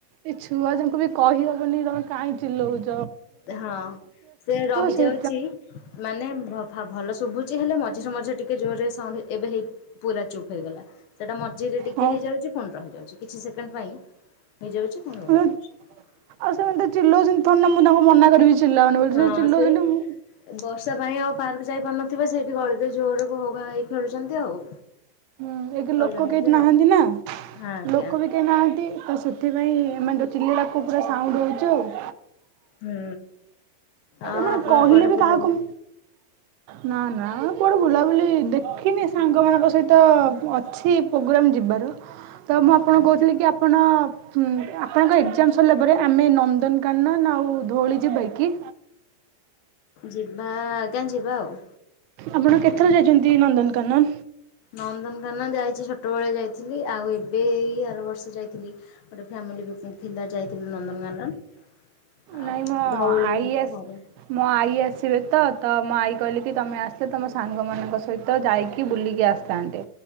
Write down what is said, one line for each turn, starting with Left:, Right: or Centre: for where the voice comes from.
Right: ଏଇ ଛୁଆ ଜାଙ୍କୁ ବି କହି ହବ ନି ତମେ କାଇଁ ଚିଲଉଚ।
Left: ହଁ ସେ ରହିଯାଉଛି
Right: ସେ
Left: ମାନେ ଭଲ ଶୁଭୁ ଜି ହେଲେ ମଝିରେ ମଝିରେ ଟିକେ ଜୋରରେ ସାଉଣ୍ଡ ଏବେ ହେଇ ପୁରା ଚୁପ୍ ହେଇଗଲା। ସେଟା ମଝିରେ ଟିକେ
Right: ହଁ
Left: ହେଇଯାଉଛି ପୁଣି ରହିଯାଉଛି। କିଛି ସେକେଣ୍ଡ ପାଇଁ ହେଇଯାଉଛି ପୁଣି ରହିଯାଉଛି।
Right: ଆଉ ସେମାନେ ତ ଚିଲଉଛନ୍ତି ଥୋଡି ନା ମୁଁ ତାଙ୍କୁ ମନା କରିବି ଚିଲାଅନି ବୋଲି
Left: ହଁ
Right: ସେ ଚିଲଉଛନ୍ତି
Left: ସେଇ
Right: ମୁଁ
Left: ବର୍ଷା ପାଇଁ ପାର ଯାଇପାରୁନଥିବେ ସେଇଠି ଗଳି ରେ ଜୋରକୁ ଘୋ ଘା ହେଇ ଖେଳୁଛନ୍ତି ଆଉ
Right: ହୁଁ ଏକ୍ ରେ
Left: କଲୋନୀରେ
Right: ଲୋକ କେହି ନାହାନ୍ତି
Left: ଆଉ
Right: ନା।
Left: ଆଜ୍ଞା
Right: ଲୋକ ବି କେହି ନାହାନ୍ତି ତ ସେ ସେଥିପାଇଁ ମାନେ ଚିଲେଇଲା କୁକୁର ପୁରା ସାଉଣ୍ଡ ହଉଚି ଆଉ
Left: ହୁଁ। ଆଉ
Right: ମାନେ
Left: ଆପଣ
Right: କହିଲେ
Left: କୁଆଡେ
Right: ବି
Left: ବୁଲାବୁଲି
Right: କାହାକୁ ନା ନା ନାଁ କୁଆଡେ ବୁଲାବୁଲି ଦେଖିନି ସାଙ୍ଗମାନଙ୍କ ସହିତ ଅଛି ପୋଗ୍ରାମ ଯିବାର। ତ ମୁଁ ଆପଣଙ୍କୁ
Left: ଆଚ୍ଛା
Right: କହୁଥିଲି କି ଆପଣ ହୁଁ ଆପଣଙ୍କ ଏକ୍ଜାମ ସରିଲା ପରେ ଆମେ ନନ୍ଦନକାନନ ଆଉ ଧଉଳି ଯିବା କି?
Left: ଯିବା ଆଜ୍ଞା ଯିବା ଆଉ।
Right: ଆପଣ କେତେଥର ଯାଇଛନ୍ତି ନନ୍ଦନକାନନ?
Left: ନନ୍ଦନକାନନ ଯାଇଛି ଛୋ ଛୋଟବେଳେ ଯାଇଥିଲି ଆଉ ଏବେ ଏଇ ଆର ବର୍ଷ ଯାଇଥିଲି। ଗୋଟେ ଫ୍ୟାମିଲି ପିକନିକ ଥିଲା ଯାଇଥିଲ ନନ୍ଦନକାନନ। ଆଉ
Right: ନାଇଁ ମୋ
Left: ଧଉଳି
Right: ଆଈ
Left: ହେମିତି
Right: ଆସ
Left: ଥରେ।
Right: ମୋ ଆଈ ଆସିବେ ତ ତ ମୋ ଆଈ କହିଲେ କି ତମେ ଆସ ତମେ ସାଙ୍ଗମାନଙ୍କ ସହିତ ଯାଇକି ବୁଲିକି ଆସିଥାନ୍ତେ।